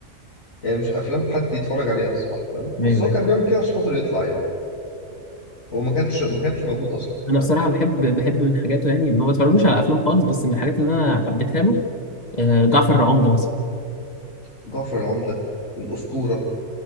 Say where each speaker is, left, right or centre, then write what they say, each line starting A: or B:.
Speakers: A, on the left; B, on the left.
A: يعني مش افلام حد يتفرج عليها الصراحه فاهم
B: ايوه
A: بس هو كان بيعمل كده عشان خاطر يطلع يعني هو ما كانش ما كانش موجود اصلا
B: انا بصراحه
A: فاهم
B: بحب بحب من حاجاته يعني ما بتفرجوش على افلام خالص بس من الحاجات اللي انا حبيتها له آه، جعفر العمدة مثلا
A: جعفر العمدة والاسطورة